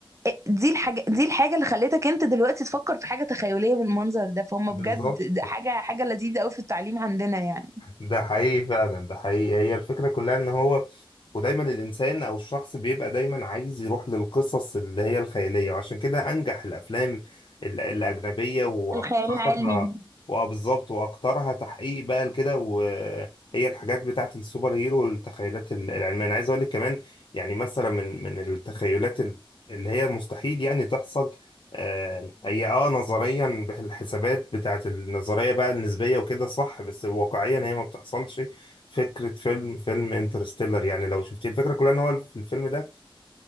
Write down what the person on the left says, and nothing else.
بالظبط
ده حقيقي فعلا ده حقيقي هي الفكرة كلها ان هو ودايما الانسان او الشخص بيبقى دايما عايز يروح للقصص اللي هي الخيالية وعشان كده انجح الافلام ال- الاجنبية واكترها
واه بالظبط واكترها تحقيق بقى لكده وهي الحاجات بتاعت السوبر هيرو والتخيلات ال- العلمية انا عايز اقول لك كمان يعني مثلا من من التخيلات ال- اللي هي مستحيل يعني تحصل آه، هي اه نظريا بح- الحسابات بتاعت النظرية بقى النسبية وكده صح بس واقعيا هي ما بتحصلش فكرة فيلم فيلم انترستيلر يعني لو شفتيه الفكرة كلها ان هو في الفيلم ده